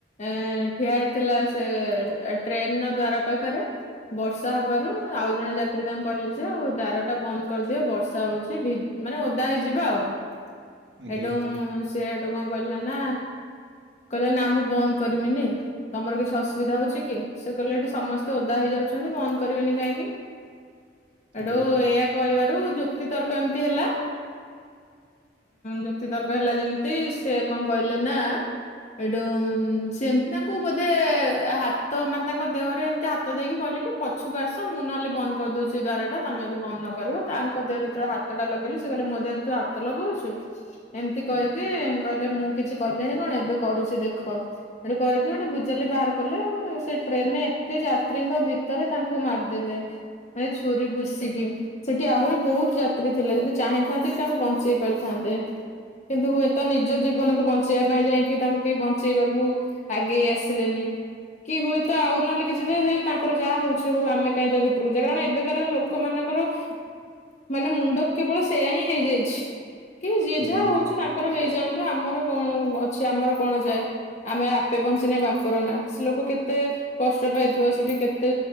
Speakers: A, on the left; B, on the right.
A: ଏ ଠିଆ ହେଇଥିଲା ସେ ଟ୍ରେନ ଦ୍ଵାର ପାଖରେ। ବର୍ଷା ହବାରୁ ଆଉ ଜଣେ ଯାତ୍ରୀ ତାଙ୍କୁ କହିଲେ ଯେ ଆଉ ଦ୍ୱାରଟା ବନ୍ଦ କରିଦିଅ ବର୍ଷା ହଉଛି, ଭି ମାନେ ଓଦା ହେଇଯିବା ଆଉ।
B: ଆଜ୍ଞା
A: ହେଠୁ ସେ ହେଠୁ କଣ କହିଲା ନା କହିଲା ନା ମୁଁ ବନ୍ଦ କରବିନି। ତମର କିଛି ଅସୁବିଧା ହଉଛି କି? ସେ କହିଲେ ଏଠି ସମସ୍ତେ ଓଦା ହେଇଯାଉଛନ୍ତି ବନ୍ଦ କରିବେନି କାହିଁକି?
B: ଆଜ୍ଞା
A: ଏଡୁ ଏଇଆ କହିବାରୁ ଯୁକ୍ତିତର୍କ ଏମିତି ହେଲା। ଯୁକ୍ତିତର୍କ ହେଲା ଯେମିତି ସେ କଣ କହିଲେ ନା? ଏଠୁ ସେମିତି ତାଙ୍କୁ ବୋଧେ ହାତ ମାନେ ତାଙ୍କ ଦେହରେ ଏମତି ହାତ ହାତ ଦେଇକି କହିଲେ କି ପଛକୁ ଆସ, ମୁଁ ନହେଲେ ବନ୍ଦ କରିଦେଉଛି ଦ୍ୱାରଟା ତମେ ଯଦି ବନ୍ଦ ନ କରିବ ତାଙ୍କ ଦେହରେ ଯେତେବେଳେ ହାତ ହାତଟା ଲଗେଇଲେ, ସେ କହିଲ ମୋ ଦେହରେ ତୁ ହାତ ଲଗଉଛୁ। ଏମିତି କହିକି କହିଲେ, ମୁଁ କିଛି କଲିଣି କଣ ଏବେ କରୁଛି ଦେଖ। ସେଠୁ କରିକି ଗୋଟେ ଭୁଜାଲି ବାହାର କଲେ ସେ ଟ୍ରେନରେ ଏତେ ଯାତ୍ରୀଙ୍କ ଭିତରେ ତାଙ୍କୁ ମାରିଦେଲେ। ଭାଇ ଛୁରୀ ଭୁସି ଦିଅନ୍ତି। ସେଠି ଆହୁରି ବହୁତ ଯାତ୍ରୀ ଥିଲେ, ଯଦି ଚାହିଁଥାନ୍ତେ ବି ତାଙ୍କୁ ବଞ୍ଚେଇ ପାରିଥାନ୍ତେ। କିନ୍ତୁ ହୁଏତ ନିଜ ଜୀବନକୁ ବଞ୍ଚେଇବା ପାଇଁ ଯାଇକି ତାଙ୍କୁ କେହି ବଞ୍ଚେଇବାକୁ ଆଗେଇ ଆସିଲେନି, କି କି ହୁଏତ ଆଉ ନହେଲେ କିଛି ତ ସେ ତାଙ୍କର ଯାହା ହଉଛି ହଉ ଆମେ କାହିଁ ତା ଭିତରକୁ ଯିବା। କାରଣ ଏବେ କାର ଲୋକମାନଙ୍କର ମାନେ ମୁଣ୍ଡ କେବଳ ସେୟା ହିଁ ହେଇଯାଇଛି କି ଯିଏ
B: ଆଜ୍ଞା
A: ଯାହା ହଉଛି ତାଙ୍କର ହେଇଯାଆନ୍ତୁ ଆମର କଣ ଅଛି, ଆମର କଣ ଯାଏ? ଆମେ ଆପେ ବଞ୍ଚିଲେ ବାପର ନା, ସେ ଲୋକ କେତେ କଷ୍ଟ ପାଇଥିବ ସେଠି କେତେ